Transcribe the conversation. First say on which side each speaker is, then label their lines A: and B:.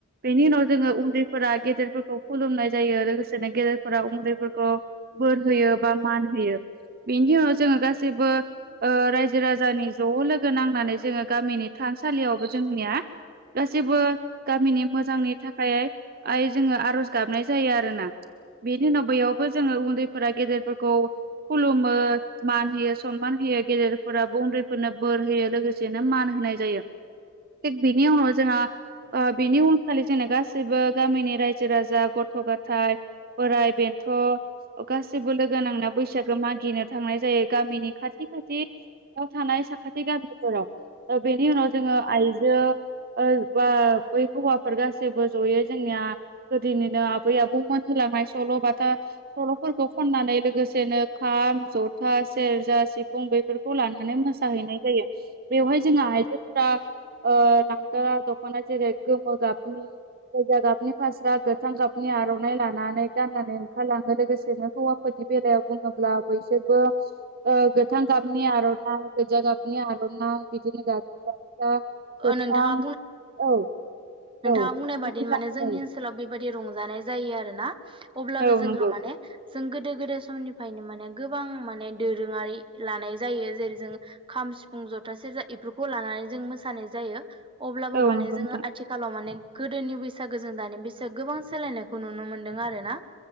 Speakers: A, on the right; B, on the right.
A: बेनि उनाव जोङो उन्दैफोरा गेदेरफोरखौ खुलुमनाय जायो लोगोसेनो गेदेरफोरा उन्दैफोरखौ। बोर होयो बा मान होयो। बेनि उनाव जोङो गासैबो ओ रायजो राजानि ज' लोगो नां माने जोङो गामिनि थानसालियावबो जोंनिया गासैबो गामिनि मोजांनि थाखाय जोङो आर'ज गाबनाय जायो आरोना बेनि उनाव बैयावबो जोङो उन उन्दैफोरा गेदेरफोरखौ खुलुमो मान होयो सनमान होयो गेदेरफोरा उन्दैफोरनो बोर होयो लोगोसेनो मान होनाय जायो। थिग बिनि उनाव जोंहा ओ बिनि उन खालि जोंनो गासैबो गामिनि रायजो राजा गथ' गाथाइ बोराइ बेन्थ' गासैबो लोगो नांना बैसागो मागिनो थांनाय जायो। गामिनि खाथि खाथि थानाय साखाथि गामिफोराव बेनि उनाव जोङो आइजो बा बै हौवाफोर गासैबो जयै जोंनिया गोदोनिनो आबै आबौमोन होलांनाय सल' बाथा सल'फोरखौ खन्नानै लोगोसेनो खाम जथा सेरजा सिफुं बेफोर -खौ लानानै मोसाहैनाय जायो। बेवहाय जोंहा आइजो फोरा ओ लांगा द'खना जेरै गोमो गाबनि गोजा गाब -नि फास्रा गोथां गाबनि आर'नाइ लानानै गाननानै ओंखारलाङो लोगोसेनो हौवाफोरनि बेलायावबो बुङोब्ला बैसोरबो ओ गोथां गाबनि आर'नाइ गोजा गाब -नि आर'नाइ बिदिनो गामसा गोथां
B: नोंथाङा
A: औ औ।
B: मा बुंनाय बादि
A: बिदिनो
B: माने जोंनि
A: औ
B: ओनसोलाव बेबायदि रंजानाय जायो आरोना अब्लाबो
A: औ
B: जोंहा
A: नंगौ
B: माने जों गोदो गोदाय समनिफ्रायनो माने गोबां माने दोरोङारि लानाय जायो जेरै जों खाम सि -फुं जथा सेरजा इफोरखौ लानानै जों मोसानाय जायो अब्लाबो
A: औ
B: माने
A: नंगौ
B: जोङो
A: नोंथां
B: आथिखालाव माने गोदोनि बैसागो जों दानि बैसो गोबां सोलायनायखौ नुनो मोनदों आरोना।